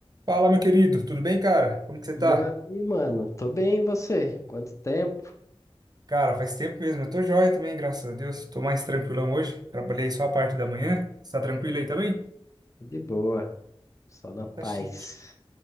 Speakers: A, on the right (about 40°); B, on the left (about 30°).
A: Fala, meu querido, tudo bem, cara? Como que você
B: E
A: tá?
B: aí, mano? Tô bem, e você? Quanto tempo?
A: Cara, faz tempo mesmo, eu tô joia também, graças a Deus. Tô mais tranquilão hoje, trabalhei só a parte da manhã. Você tá tranquilo aí também?
B: De boa, só na
A: Então
B: paz.
A: Tá chique.